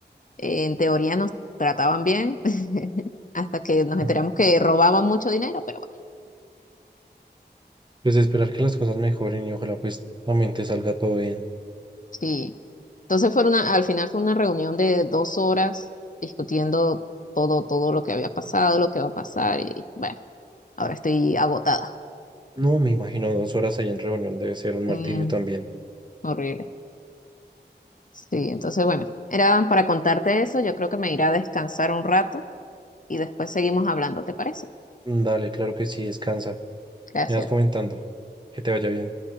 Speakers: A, on the left; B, on the right.
A: eh, en teoría nos trataban bien, <laughs> hasta que nos
B: ¿no?
A: enteramos que robaban mucho dinero, pero bueno,
B: Pues esperar que las cosas mejoren y ojalá pues también te salga todo bien.
A: sí. Entonces fue una, al final fue una reunión de dos horas discutiendo todo, todo lo que había pasado, lo que va a pasar, y bueno, ahora estoy agotada.
B: No, me imagino dos horas ahí en reunión debe ser un martirio
A: Mm,
B: también.
A: horrible. Sí, entonces bueno, era para contarte eso. Yo creo que me iré a descansar un rato y después seguimos hablando, ¿te parece?
B: Dale, claro que sí, descansa.
A: Gracias.
B: Me vas comentando. Que te vaya bien.